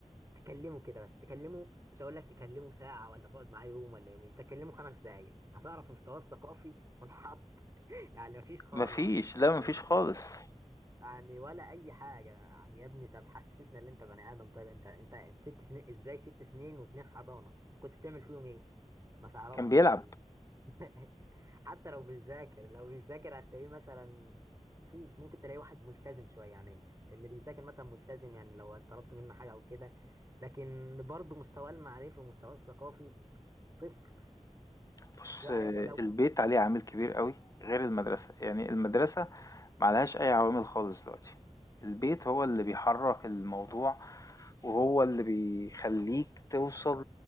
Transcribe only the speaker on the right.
تكلمه كده بس تكلمه مش هقول لك تكلمه ساعة ولا تقعد معاه يوم ولا يومين تكلمه خمس دقايق هتعرف مستواه الثقافي منحط <laughs> يعني مفيش خالص
مستوى
صفر
يعني ولا اي حاجه يا ابني طب حسسنا ان انت بني ادم طيب انت انت ست سنين ازاي ست سنين واتنين حضانه كنت بتعمل فيهم ايه ما تعرفش
يعني <laughs> حتى لو بيذاكر لو بيذاكر هتلاقيه مثلا فيش ممكن تلاقي واحد ملتزم شويه يعني اللي بيذاكر مثلا ملتزم يعني لو طلبت منه حاجه او كده لكن برضه مستواه المعرفي ومستواه الثقافي صفر
ولو